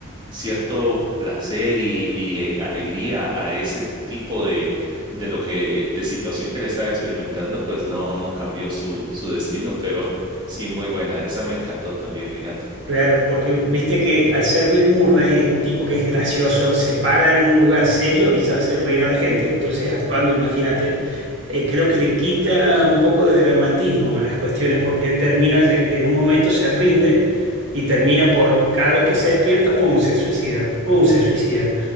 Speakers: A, on the right; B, on the right.
A: cierto placer y, y, eh, alegría a ese tipo de, de lo que, de situación que le estaba experimentando, pues no, no cambió su, su destino, pero <laughs> sí, muy buena. Esa me encantó también, fíjate.
B: Claro, porque viste que al ser Bill Murray es un tipo que es gracioso, se para en un lugar serio y ya hace reír a la gente, entonces actuando, imagínate, eh, creo que le quita un poco de dramatismo a las cuestiones porque él termina, de- en un momento se rinde y termina por, cada vez que se despierta, pum, se suicida, pum, se suicida,